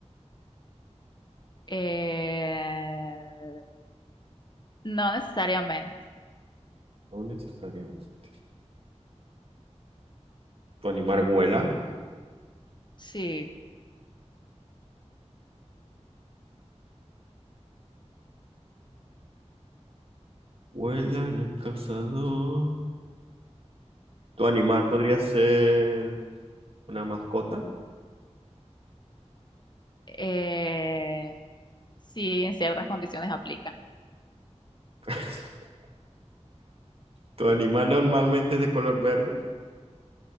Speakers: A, on the left; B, on the right.
A: Eh, no necesariamente.
B: No necesariamente. Tu animal vuela.
A: Sí.
B: Vuela, no es cazador. Tu animal podría ser una mascota.
A: Eh, sí, en ciertas condiciones aplican.
B: <laughs> Tu animal normalmente es de color verde.